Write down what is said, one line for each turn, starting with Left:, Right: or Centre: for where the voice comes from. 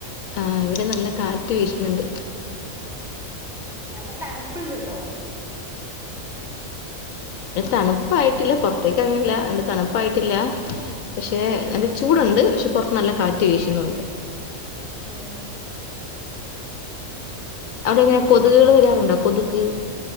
Left: ആ ഇവിടെ നല്ല കാറ്റ് വീശുന്നുണ്ട്
Centre: നല്ല തണുപ്പുണ്ട് ട്ടോ
Left: ഇവിടെതണുപ്പായിട്ടില്ല പുറത്തേക്ക് എറങ്ങണില്ല അതുകൊണ്ട് തണുപ്പായിട്ടില്ല പക്ഷേ നല്ല ചൂടുണ്ട് പക്ഷെ പുറത്ത് നല്ല കാറ്റ് വീശുന്നുണ്ട്
Centre: എ
Left: അവിടെ എങ്ങനെ കൊതുകൾ വരാറുണ്ടോ കൊതുക്